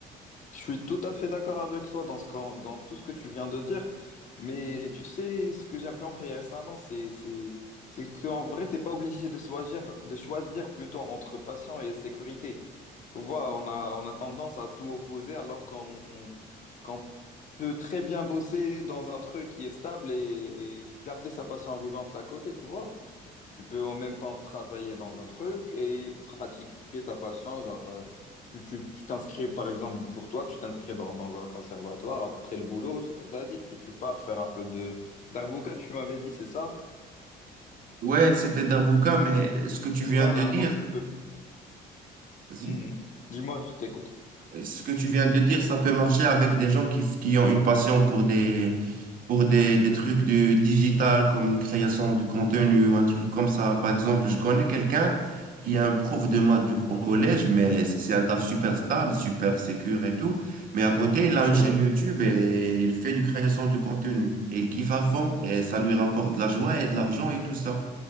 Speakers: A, on the left (about 45°); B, on the right (about 55°).
A: Je suis tout à fait d'accord avec toi dans ce qu'en- dans tout ce que tu viens de dire, mais tu sais, ce que j'ai compris récemment, c'est, c'est, c'est qu'en vrai, t'es pas obligé de choisir, de choisir plutôt entre patient et sécurité. Tu vois, on a, on a tendance à tout opposer alors qu'on qu'on peut très bien bosser dans un truc qui est stable et, et garder sa passion vivante à côté, tu vois. Tu peux en même temps travailler dans un truc et pratiquer ta passion. Genre, euh, tu, tu, tu t'inscris, par exemple, pour toi, tu t'inscris dans, dans un conservatoire. Après le boulot, vas-y, tu, tu pars faire un peu de d'arbouca, tu m'avais dit, c'est ça?
B: Ouais, c'était Darbuka, mais ce que tu viens
A: Voilà,
B: de dire,
A: donc tu peux.
B: vas-y.
A: Mhm. Dis-moi, je t'écoute.
B: Ce que tu viens de dire, ça peut marcher avec des gens qui, f- qui ont une passion pour des, pour des, des trucs de digital comme une création de contenu ou un truc comme ça. Par exemple, je connais quelqu'un qui est un prof de maths du- au
A: Mhm.
B: collège, mais c'est c'est un taf super stable, super sécure et tout. Mais à côté, il a une
A: Ouais.
B: chaîne YouTube et il fait du création de contenu. Et il kiffe à fond et ça lui rapporte de la joie et de l'argent et tout ça.